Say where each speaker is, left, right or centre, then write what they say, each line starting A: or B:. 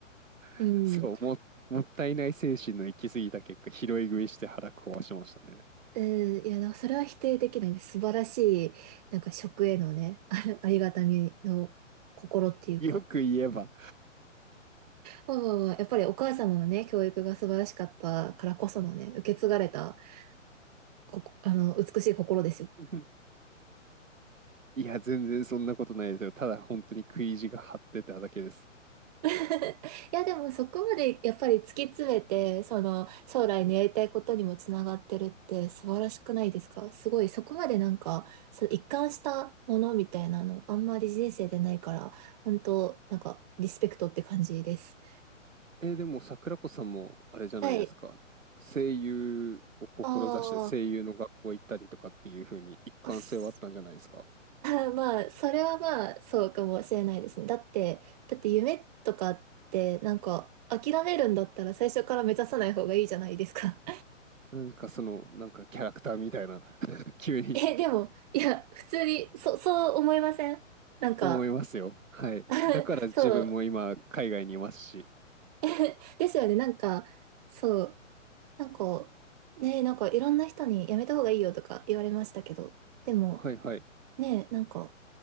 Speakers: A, on the right; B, on the right.
A: うん。
B: <laughs> そう、も、もったいない精神の行き過ぎた結果、拾い食いして腹壊しましたね。
A: うん。いや、なんかそれは否定できないです。素晴らしい、なんか食へのね、<laughs> あありがたみの心っていうか。
B: よく言えば。
A: まあまあまあ、やっぱりお母様のね、教育が素晴らしかったからこそのね、受け継がれた、ここ、あの、美しい心ですよ。
B: <laughs> いや、全然そんなことないですよ。ただ本当に食い意地が張ってただけです。
A: <laughs> いや、でもそこまでやっぱり突き詰めて、その将来のやりたいことにもつながってるって素晴らしくないですかすごい、そこまでなんか、その一貫したものみたいなの、あんまり人生でないから、本当なんか、リスペクトって感じです。
B: えーでも桜子さんもあれじゃないですか。
A: はい。
B: 声優を志して声優の学校行ったりとかっていう風に一貫性はあったんじゃないですか
A: あーあ、す <laughs> まあ、それはまあ、そうかもしれないですね。だって、だって夢とかって、なんか、諦めるんだったら最初から目指さない方がいいじゃないですか。
B: なんかその、なんかキャラクターみたいな <laughs> 急に
A: え、でも、いや、普通に、そ、そう思いませんなんか、
B: 思いますよ。はい。
A: <laughs>
B: だから自分も今、
A: そう。
B: 海外にいますし。
A: <laughs> えですよね、なんか、そう。なんか、ね、なんかいろんな人にやめた方がいいよとか言われましたけど、でも、
B: はいはい。
A: ね、なんか、